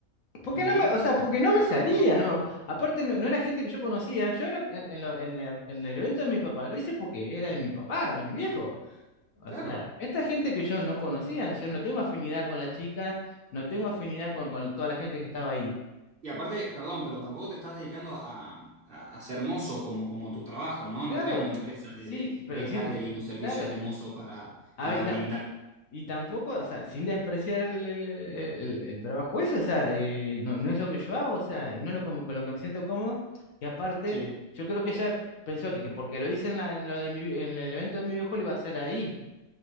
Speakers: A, on the left; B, on the right.
A: Porque
B: Ujú.
A: no me, o sea, porque no me salía, ¿no? Aparte, no, no era gente que yo conocía. Yo en, lo- en- en lo- en la- en el evento de mi papá lo hice porque era de mi papá, era mi viejo. O
B: Claro.
A: sea, esta gente que yo no conocía, no, yo no tengo afinidad con la chica, no tengo afinidad con, con toda la gente que estaba ahí.
B: Y aparte, perdón, pero tampoco te estás dedicando a, a- a ser mozo como, como tu trabajo, ¿no?
A: Claro,
B: No tenés una empresa de,
A: sí,
B: de,
A: pero
B: de
A: sí,
B: catering o servicios
A: claro.
B: de mozo para,
A: A
B: para
A: ver, y
B: brindar.
A: tam- Y tampoco, o sea, sin despreciar el, el- el- el- el trabajo ese, o sea, eh, no, no es lo que yo hago, o sea, y no es lo como- con lo que me siento cómodo. Y aparte,
B: Sí.
A: yo creo que ella pensó que, que porque lo hice en, la- en lo de mi vi- en el evento de mi viejo, lo iba a hacer ahí.